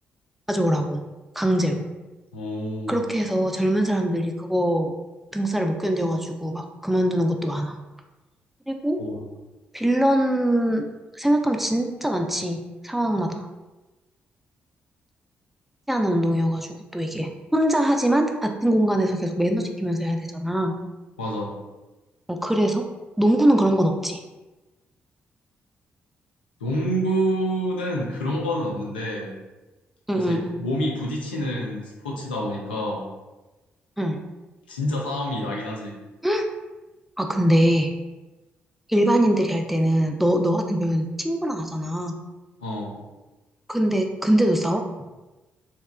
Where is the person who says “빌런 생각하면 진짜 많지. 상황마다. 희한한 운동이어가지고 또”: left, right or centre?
Centre